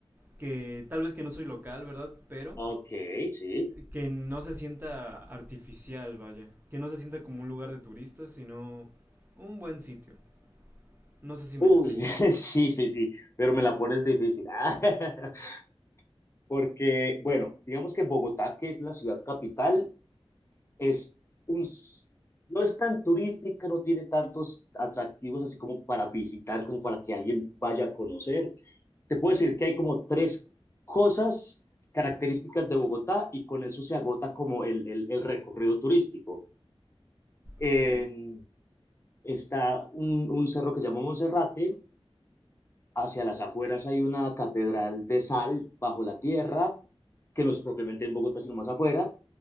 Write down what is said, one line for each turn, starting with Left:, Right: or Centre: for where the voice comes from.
Right: que tal vez que no soy local, ¿verdad? Pero
Left: Ok, sí.
Right: que no se sienta artificial, vaya. Que no se sienta como un lugar de turistas, sino un buen sitio. No sé si
Left: Uy,
Right: me explico.
Left: <laughs> sí, sí, sí, pero me la pones difícil. Ah, <laughs> Porque, bueno, digamos que Bogotá, que es la ciudad capital, es un, s- no es tan turística, no tiene tantos atractivos así como para visitar, como para que alguien vaya a conocer. Te puedo decir que hay como tres cosas características de Bogotá y con eso se agota como el, el- el recorrido turístico. En-
Right: Ok.
Left: está un, un cerro que se llama Monserrate, hacia las afueras hay una catedral de sal bajo la tierra, que no es propiamente en Bogotá, sino más afuera,